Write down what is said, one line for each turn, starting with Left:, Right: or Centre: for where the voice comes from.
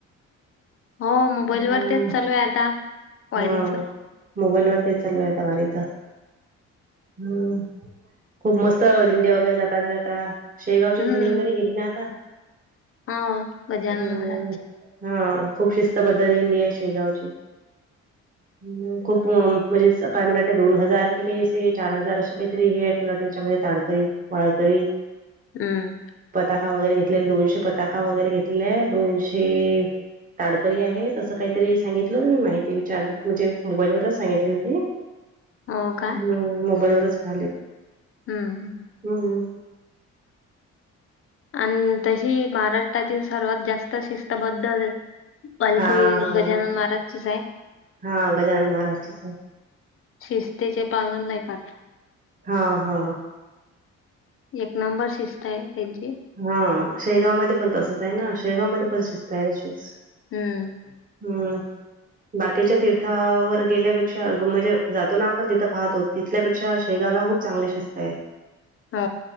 Left: हो, मोबाईल
Right: हम्म
Left: वर तेच चालू आहे. आता वारीच
Right: हा मोबाईल वर ते चालू आहेत. आता वारीच हम्, खूप मस्त दिंडे वगैरे जातात. ते जाता शेगावची
Left: हम्म
Right: दिंडी वगैरे गेली. ना आता
Left: हो गजानन
Right: हम्म,
Left: महाराजचे
Right: हा खूप शिस्त पद्धत दिंडी आहे. शेगावची <unintelligible> की ते, असे चार हजार असे काहीतरी हे आहेत. तुला त्याच्यामध्ये ताडकरी माळकरी
Left: हम्म
Right: पताका वगैरे घेतलेला. दोनशे पताका वगैरे घेतलाय. दोनशे ताडकरी आहे. तसं काहीतरी सांगितलं मी माहिती त विचार म्हणजे मोबाईलवरच सांगितली होती.
Left: हो का
Right: हम्म, मोबाईलवरच <unintelligible>
Left: हम्म ह
Right: हम्म
Left: आणि तशी महाराष्ट्रातील सर्वात जास्त शिस्तबद्ध. पालखी
Right: हा हा
Left: गजानन महाराजचीच आहे.
Right: हा गजानन महाराजचीच आहे
Left: शिस्तीचे पालन नाही करतात.
Right: हा हा
Left: एक नंबर शिस्त आहे त्यांची
Right: हा शेगाव मध्ये पण तसंच आहे ना शेगाव मध्ये पण शिजतायर शिस
Left: हम्म.
Right: हम् बाकीच्या तीर्थावर गेल्यापेक्षा म्हणजे जातो ना आपण तिथं पाहतोत तिथ ल्यापेक्षा शेगावला खूप चांगली शिस्त आहे.
Left: ह